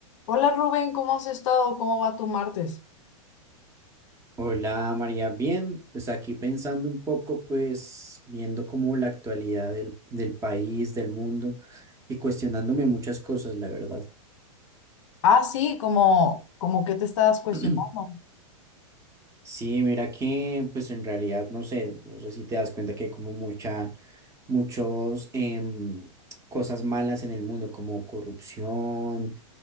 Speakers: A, on the left; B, on the right.
A: Hola Rubén, ¿cómo has estado? ¿Cómo va tu martes?
B: Hola María, bien, pues aquí pensando un poco, pues viendo como la actualidad del, del país, del mundo y cuestionándome muchas cosas, la verdad.
A: Ah, sí, como, como que te estás cuestionando.
B: <clears throat> Sí, mira que pues en realidad no sé, no sé si te das cuenta que hay como mucha, muchos em, cosas malas en el mundo, como corrupción,